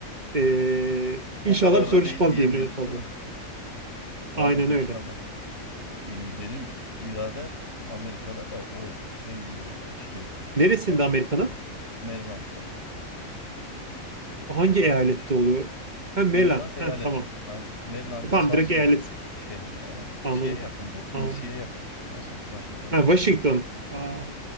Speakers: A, on the right (about 35°); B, on the left (about 50°).
A: Ee,
B: o
A: inşallah
B: kadar
A: bir soru
B: da değil
A: çıkmaz
B: diyemiyoruz
A: diyebilirim en fazla.
B: değil mi? Aynen
A: Aynen
B: inşallah.
A: öyle.
B: E, benim birader Amerika'da da o söylüyor işte
A: Neresinde
B: yani
A: Amerika'nın?
B: Maryland'da.
A: hangi
B: Maryland'da
A: eyalette
B: yaşıyor.
A: oluyor? Ha Maryland.
B: Maryland eyaleti.
A: Ha tamam.
B: Aynen. Maryland'ın
A: E, tamam
B: Salisbury
A: direkt eyalet.
B: şehrinde aynen.
A: Anladım.
B: Şeye yakın bu.
A: Anladım.
B: DC'ye yakın. Washing- Washington
A: Ha
B: DC'ye.
A: Washington. Aa,